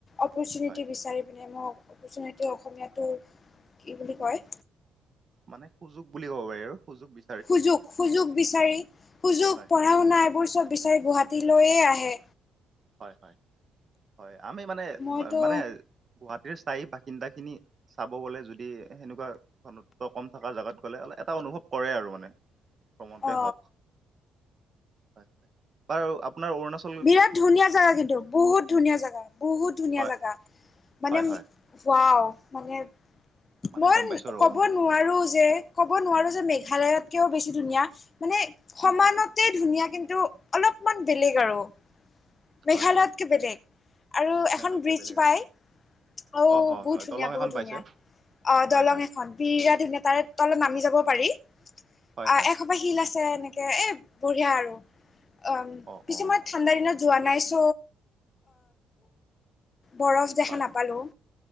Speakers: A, on the left; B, on the right.
A: অপৰচুনিটি
B: হয়
A: বিচাৰি পিনে মই, অপৰচুনিটি অসমীয়াটোৰ কি বুলি কয়?
B: মানে সুযোগ বুলি ক'ব পাৰি আৰু সুযোগ বি
A: সুযোগ, সুযোগ বিচাৰি সুযোগ
B: হয়
A: পঢ়া শুনা এইবোৰ চব, বিচাৰি গুৱাহাটীলৈয়ে আহে।
B: হয়, হয়, হয়, আমি মানে
A: মইতো
B: মানে গুৱাহাটীৰ স্থায়ী বাসিন্দা, খিনি চাব গ'লে যদি সেনেকুৱা ঘনত্ব কম থকা জেগাত গ'লে, এটা অনুভৱ কৰে আৰু মানে। ভ্ৰমণতে
A: অ
B: হওঁক হয়, হয়, বাৰু আপোনাৰ অৰুণাচ
A: বিৰাট ধুনীয়া জেগা কিন্তু, বহুত ধুনীয়া জেগা, বহুত ধুনীয়া
B: হয়
A: জেগা, মানে
B: হয় হয়
A: ৱাও, মানে
B: মানে
A: মই
B: গম পাইছো আৰু
A: ক'ব
B: অনুভৱটো
A: নোৱাৰো যে ক'ব নোৱাৰোঁ যে, মেঘালয়ত কৈও বেছি ধুনীয়া মানে সমানত
B: উম উম
A: তেই, ধুনীয়া কিন্তু, অলপমান বেলেগ আৰু মেঘালয়তকৈ
B: হয় হয়
A: বেলেগ আৰু
B: মেঘালয়তকে
A: এখন ব্ৰীজ
B: বেলেগ
A: পায়।
B: আৰু
A: আৰু
B: অ হয়
A: বহুত
B: হয়
A: ধুনীয়া,
B: দলং
A: বহুত
B: এখন পাইছে
A: ধুনীয়া, অ,
B: হয়
A: দলং
B: হয়
A: এখন বিৰাট ধুনীয়া তাৰে তলত নামি যাবও পাৰি,
B: হয়
A: আহ,
B: হয়
A: এ শিল আছে এনেকে, এ, বঢ়িয়া আৰু অম,
B: অ
A: কিছুমান
B: অ
A: ঠাণ্ডা দিনত যোৱা নাই, চ, বৰফ দেখা
B: হয়
A: নাপালোঁ।